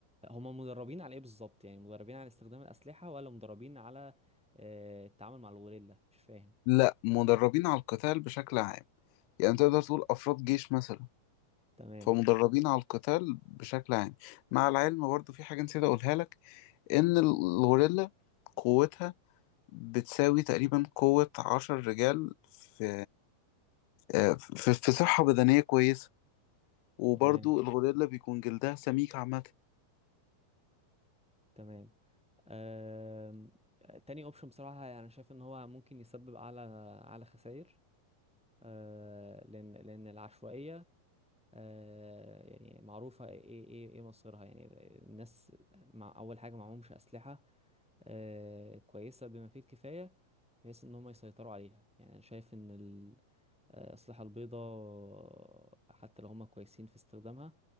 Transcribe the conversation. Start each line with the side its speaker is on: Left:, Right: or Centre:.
Centre: هما مدربين على ايه بالظبط يعني مدربين على استخدام الاسلحه ولا مدربين على آه، التعامل مع الغوريلا مش فاهم
Left: لا مدربين على القتال بشكل عام يعني تقدر تقول أفراد جيش مثلا
Centre: تمام
Left: فمدربين على القتال بشكل عام مع العلم برضه في حاجة نسيت أقولها لك إن الغوريلا قوتها بتساوي تقريبا قوة عشر رجال في آه، في, في صحة بدنية كويسة وبرضه
Centre: تمام
Left: الغوريلا بيكون جلدها سميك عامة
Centre: تمام آم، تاني اوبشن بصراحة يعني شايف ان هو ممكن يسبب اعلى اعلى خسائر آه، لان لان العشوائية آه، يعني معروفة ايه ايه ايه إيه مصيرها يعني الناس مع اول حاجة معهمش اسلحة آه، كويسة بما فيه الكفاية بحيث ان هم يسيطروا عليها يعني انا شايف ان ال- آه، الأسلحة البيضاء حتى لو هم كويسين في استخدامها